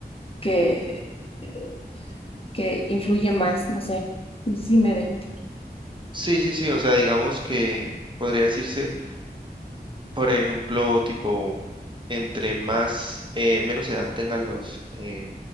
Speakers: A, on the left; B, on the right.
A: que, eh, que influye más, no sé. No sé si me dejan.
B: Sí, sí, sí, o sea, digamos que podría decirse... Por ejemplo, tipo, entre más, eh, menos edad tengan los eh,